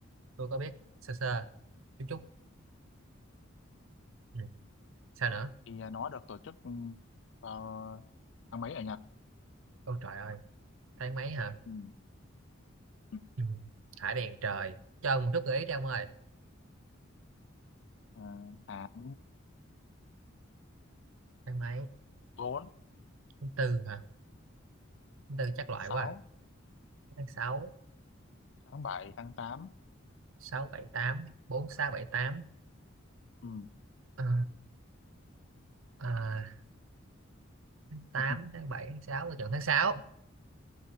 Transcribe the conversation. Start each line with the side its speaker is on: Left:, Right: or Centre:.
Right: tôi có biết sơ sơ chút chút ừ. sao nữa
Left: thì ờ, nó được tổ chức ừ, vào tháng mấy ở Nhật
Right: ôi trời ơi tháng mấy hả
Left: ừ. Ừ.
Right: ừ. thả đèn trời cho ông một chút gợi ý đi ông ơi
Left: Ờ, tháng
Right: tháng
Left: tháng
Right: mấy
Left: 4,
Right: tháng tư hả tháng tư chắc
Left: tháng
Right: loại
Left: sáu
Right: quá à. tháng sáu
Left: tháng bảy tháng tám
Right: sáu bảy tám bốn sáu bảy tám
Left: Ừ.
Right: Ờ, ờ, tám
Left: <laughs>
Right: tháng bảy tháng sáu tôi chọn tháng sáu